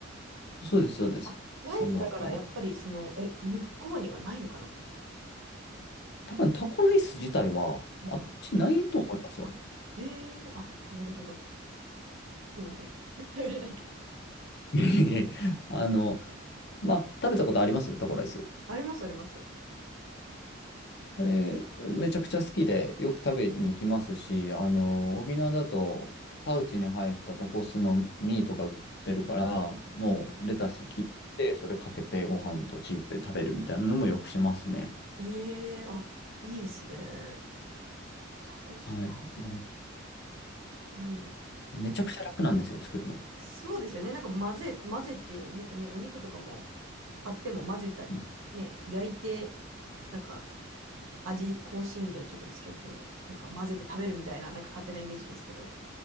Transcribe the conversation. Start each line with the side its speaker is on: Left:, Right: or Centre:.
Left: そうです、そうです。
Right: あ、ライスだからやっぱりその、
Left: その、
Right: え、向こうにはないのかな
Left: 多分タコライス自体は、
Right: うんうん。
Left: あっちないと思いますよ。
Right: あ、へえ、あ、なるほど。すいません。<laughs>
Left: <laughs> いえいえあの、まあ、食べたことありますタコライス。
Right: あります、あります。
Left: あれ、めちゃくちゃ好きでよく食べに行きますし、あの、沖縄だとパウチに入ったタコスのミーとか売ってるから、もうレタス切って、
Right: うんうんうん。
Left: それかけてご飯とチーズで食べるみたいなのもよくしますね。
Right: ええあ、いいですね。タコスか。
Left: はい。も
Right: いいな。
Left: う、めちゃくちゃ楽なんですよ、作るの。
Right: そうですよね。なんか混ぜ、混ぜて、なんかね、お肉とかも買っても混ぜたり、
Left: うん
Right: ね、焼いて、なんか味、香辛料ちょっとつけて、なんか混ぜて食べるみたいな、なんか勝手なイメージですけど、